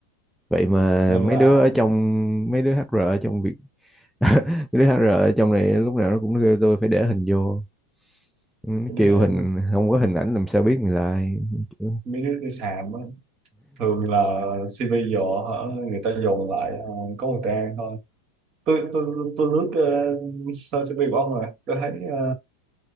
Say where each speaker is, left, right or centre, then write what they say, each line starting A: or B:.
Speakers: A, in the centre; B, on the right.
A: vậy mà
B: nên
A: mấy
B: là
A: đứa ở trong mấy đứa HR ở trong việc <laughs> mấy đứa hát HR ở trong này lúc nào nó cũng kêu tôi phải để hình vô Ừ, nó
B: mấy
A: kêu
B: đứa
A: hình không có hình ảnh làm sao biết người là ai Kiểu,
B: mấy đứa đi sàm á, thường là CV giờ hả, người ta dồn lại ờ, có một trang thôi tôi tôi tôi, tôi lướt ờ, sơ CV của ông rồi tôi thấy ờ,